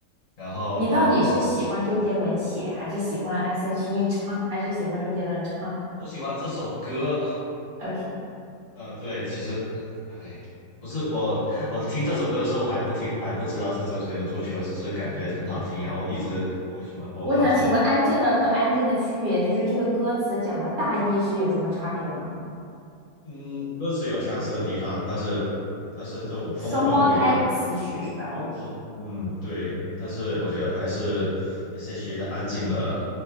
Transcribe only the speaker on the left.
然后呃，
我喜欢这首歌，
呃，对，其实哎，不是我，我听这首歌的时候我还不听，还不知道是周杰伦作曲的，只是感觉很好听，然后一直都会喜欢播放这。
嗯，歌词有相似的地方，但是但是这种风格不一样。
不不，嗯，对，但是我觉得还是 S.H.E 的《安静了》